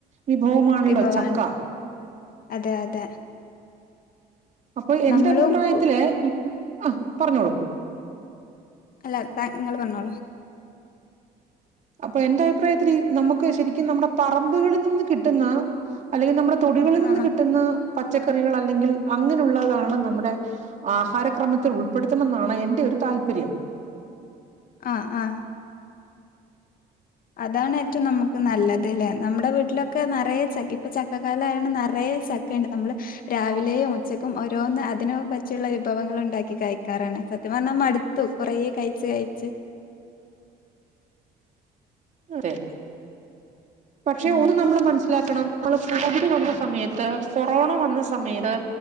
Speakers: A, on the right; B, on the left.
A: വിഭവമാണല്ലോ
B: വിഭവാണ്
A: ചക്ക
B: അതെ അതെ
A: അപ്പൊ എന്റെ
B: നമ്മളും
A: അഭിപ്രായത്തില്
B: കു-
A: ഇപ്പം ആ പറഞ്ഞോളൂ
B: അല്ല താ നിങ്ങള്ൾ പറഞ്ഞോളോ
A: അപ്പൊ എന്റെ അഭിപ്രായത്തിൽ നമുക്ക് ശരിക്കും നമ്മുടെ പറമ്പുകളിൽ നിന്ന് കിട്ടുന്ന അല്ലെങ്കിൽ നമ്മുടെ തൊടികളിൽ നിന്ന്
B: ആഹ് ആഹ്
A: കിട്ടുന്ന പച്ചക്കറികൾ അല്ലെങ്കിൽ അങ്ങനെയുള്ളതാണ് നമ്മുടെ ആഹാരക്രമത്തിൽ ഉൾപ്പെടുത്തണെന്നാണ് എന്റെ ഒരു താല്പര്യം
B: ആ ആ അതാണ് ഏറ്റവും നമുക്ക് നല്ലത് ലെ നമ്മുടെ വീട്ടിലൊക്കെ നിറയ ച ഇപ്പ ചക്കകാലയാണ് നറയ ചക്ക ഉണ്ട് നമ്മൾ രാവിലെയും ഉച്ചക്കും ഓരോന്ന് അതിനു പറ്റിയുള്ള വിഭവങ്ങൾ ഉണ്ടാക്കി കഴക്കാറുണ്ട് സത്യം പറഞ്ഞാ മടുത്തു കൊറേ കഴച്ച് കഴച്ച്
A: അതെ പക്ഷെ
B: ഉം
A: ഒന്ന് നമ്മൾ മന നസിലണം നമ്മ കോവിഡ് വന്ന സമയത്ത് കൊറോണ വന്ന സമയത്ത്